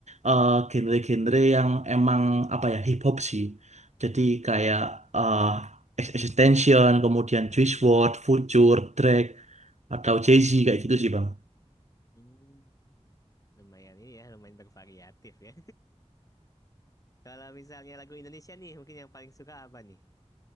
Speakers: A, on the right; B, on the left.
A: eh, genre-genre yang emang apa ya hip hop sih. Jadi kayak eh, Ex- Extension, kemudian Juice WRLD, Future, Drake. atau Jay-Z kayak gitu sih Bang.
B: Hmm. Lumayan ini ya, lumayan bervariatif ya. <laughs> Kalau misalnya lagu Indonesia nih, mungkin yang paling suka apa nih?